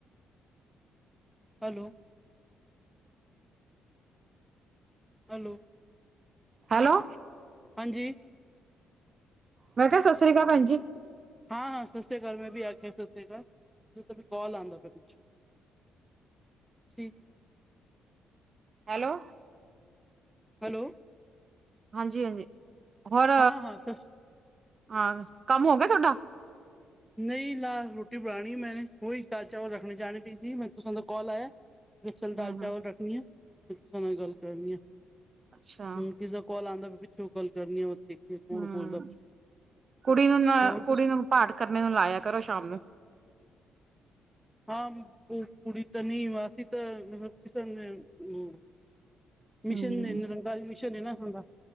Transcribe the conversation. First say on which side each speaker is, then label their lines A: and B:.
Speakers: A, in the centre; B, on the right (about 40°).
A: ਹੈਲੋ। ਹੈਲੋ।
B: ਹੈਲੋ।
A: ਹਾਂਜੀ।
B: ਮੈਂ ਕਿਹਾ ਸਤਿ ਸ੍ਰੀ ਅਕਾਲ ਭੈਣ ਜੀ।
A: ਹਾਂ-ਹਾਂ ਸਤਿ ਸ੍ਰੀ ਅਕਾਲ ਮੈਂ ਵੀ ਆਖਿਆ ਸਤਿ ਸ੍ਰੀ ਮੈੰ ਆਖਿਆ ਸੀ ਕਾਲ ਆਉਂਦਾ ਪਿਛੌਂ। ਠੀਕ ।
B: ਹੈਲੋ।
A: ਹੈਲੋ।
B: ਹਾਂਜੀ-ਹਾਂਜੀ ਹੋਰ
A: ਹਾਂ ਹਾਂ ਸਸ
B: ਹਾਂ ਕੰਮ ਹੋ ਗਿਆ ਤੁਹਾਡਾ?
A: ਨਹੀਂ ਲਾ ਰੋਟੀ ਬਣਾਉਣੀ ਮੈੇ ਉਹੀ ਦਾਲ ਚਾਵਲ ਰੱਖਣੇ ਜਾਣੇ ਪਈ ਸੀ ਮੈਂ ਤੁਸ ਦਾ ਕਾਲ ਆਇਆ। ਲ ਦਾਲ
B: ਹਮ
A: ਚਾਵਲ
B: ਹਮ
A: ਰੱਖਣੀ ਆ ਤੁ ਨਾਲ ਗੱਲ ਕਰਨੀ ਆ।
B: ਅੱਛਾ
A: ਹੁਣ ਕਿਸ ਦਾ ਕਾਲ ਆਉਂਦਾ ਵੀ ਪਿੱਛੋਂਕਾਲ। ਕਰਨ ਦੇਖ ਕੌਣ
B: ਹਮ
A: ਬੋਲਦਾ ਪਿਆ,
B: ਕੁੜੀ ਨੂੰ ਨਾ
A: ਹੋਰ
B: ਕੁੜੀ ਨੂੰ ਪਾਠ ਨੂੰ ਲਾਇਆ ਕਰੋ ਸ਼ਾਮ ਨੂੰ।
A: ਹ ਉਹ ਕੁੜੀ ਤਾਂ ਨਹੀਂ ਵਾਸੀ ਤਾਂ ਮਤਲਬ ਕਿਸਨ <inaudible> ਮਿਸ਼ਨ
B: ਹਮ
A: ਕੱਲ ਮਿਸ਼ਸ਼ਨ ਹੈ ਨਾ ਸੁ <unintelligible> ਦਾ।